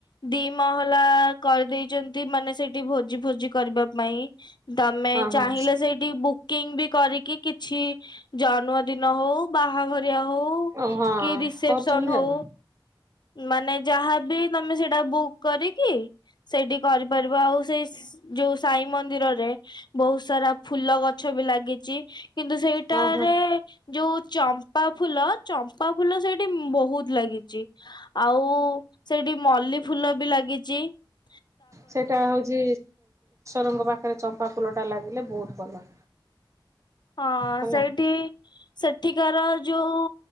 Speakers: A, on the left; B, on the right.
A: ଦି ମହଲା କରିଦେଇଛନ୍ତି ମାନେ ସେଇଠି ଭୋଜି ଫୋଜି କରିବା ପାଇଁ। ତମେ
B: ହଁ ହଁ।
A: ଚାହିଁଲେ ସେଇଠି ବୁକିଂ ବି କରିକି କିଛି ଜନ୍ମଦିନ ହଉ ବାହାଘରିଆ ହଉ
B: ଓ ହଁ
A: କି ରିସେପସନ
B: କରୁଛନ୍ତି
A: ହଉ,
B: ଆଉ
A: ମାନେ ଯାହା ଏ ବି ତମେ ସେଇଟା ବୁକ୍ କରିକି ସେଇଠି କରିପାରିବ ଆଉ ସେଇ ଯୋଉ ସାଇ ମନ୍ଦିରରେ ବହୁତ ସାରା ଫୁଲ ଗଛ ବି ଲାଗିଛି। କିନ୍ତୁ ସେଇଟାରେ
B: ହଁ ହଁ।
A: ଯୋଉ ଚମ୍ପା ଫୁଲ ଚମ୍ପା ଫୁଲ ସେଇଠି ବହୁତ ଲାଗି ଆଉ ସେଇଠି ମଲ୍ଲି ଫୁଲ ବି ଲାଗିଛି। ଚି।
B: ସେଇଟା ହଉଛି ରଙ୍କ ପାଖରେ ଚମ୍ପା ଫୁଲଟା ଲାଗିଲେ ବହୁତ ଭଲ।
A: ହଁ
B: ହେଲା
A: ସେଇଠି ସେଠିକାର ଯୋଉ